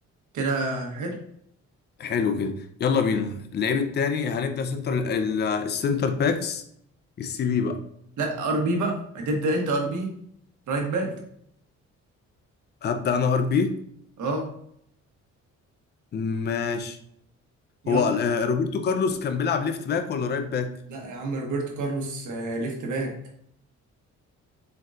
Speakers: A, on the right; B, on the left.
A: كده حلو
B: حلو كده يلا بينا اللعيب التاني هنبدا سنتر ال- السنتر باكس السي بي بقى
A: لا ار بي بقى هتبدا انت ار بي رايت باك
B: هبدا انا ار بي
A: اه
B: ماشي
A: يلا
B: هو آه، روبرتو كارلوس كان بيلعب ليفت باك ولا رايت باك
A: لا يا عم روبرتو كارلوس آه، ليفت باك